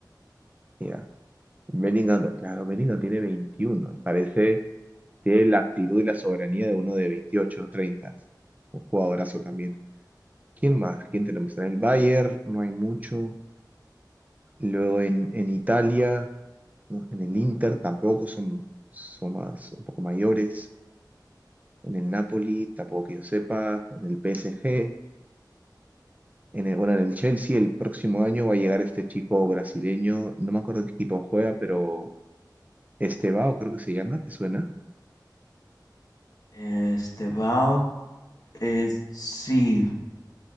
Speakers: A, on the right; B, on the left.
A: Ya. Bellingham, claro, Bellingham tiene veintiuno. y parece, tiene la actitud y la soberanía de uno de 28, o 30. Un jugadorazo también. ¿Quién más? ¿Quién tenemos? En el Bayern no hay mucho. Luego en, en Italia, ¿no? en el Inter tampoco son, son más, un poco mayores. En el Napoli, tampoco que yo sepa. En el PSG, en el, bueno, en el Chelsea el próximo año va a llegar este chico brasileño. No me acuerdo en qué equipo juega, pero Estevao creo que se llama, ¿te suena?
B: Eh, Estebao, eh, sí,